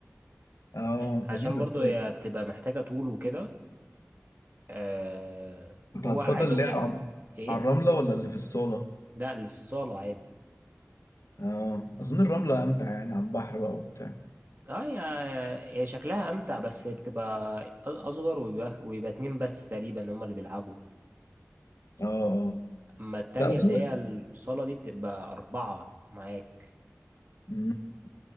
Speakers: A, on the left (about 85°); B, on the right (about 40°).
A: اه
B: آه، عشان
A: لذيذة
B: برضو
A: الطايرة
B: هي بتبقى محتاجة طول وكده آه
A: كنت
B: وعايز
A: هتفضل اللي
B: اقول
A: هي
B: لك
A: على
B: ايه
A: على الرملة ولا اللي في الصالة
B: لا اللي في الصالة عادي
A: اه اظن الرملة امتع يعني على البحر بقى وبتاع
B: اه يا يا يا شكلها امتع بس بتبقى أ- اصغر ويبقى ويبقى اتنين بس تقريبا هما اللي بيلعبوا
A: اه اه
B: اما التانية
A: لا اظن
B: اللي هي الصالة دي بتبقى اربعة معاك
A: مم.